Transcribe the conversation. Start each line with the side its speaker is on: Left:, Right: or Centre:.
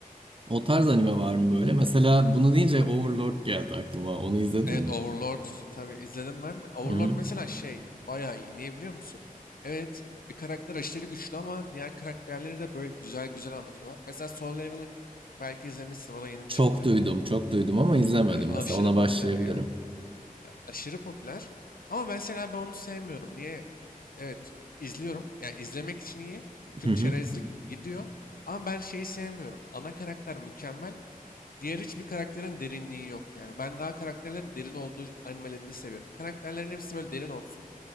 Right: O tarz anime var mı böyle? Mesela bunu deyince Overlord geldi aklıma. Onu izledin
Left: Evet
Right: mi?
Left: Overlord tabii izledim ben. Overlord
Right: Hı hı.
Left: mesela şey bayağı iyi. Niye biliyor musun? Evet bir karakter aşırı güçlü ama diğer karakterleri de böyle güzel güzel anlatıyorlar. Mesela Solo Leveling belki izlemişsin o da yeni
Right: Çok
Left: çıktı.
Right: duydum, çok duydum ama izlemedim.
Left: Ee, aşırı
Right: Mesela ona
Left: popüler
Right: başlayabilirim.
Left: yani. Ya, Aşırı popüler. Ama mesela ben onu sevmiyorum. Niye? Evet izliyorum. Yani izlemek için iyi. Çünkü
Right: Hı hı.
Left: çerezlik gidiyor. Ama ben şeyi sevmiyorum. Ana karakter mükemmel. Diğer hiçbir karakterin derinliği yok yani. Ben daha karakterlerin derin olduğu animeleri seviyorum. Karakterlerin hepsi böyle derin olsun.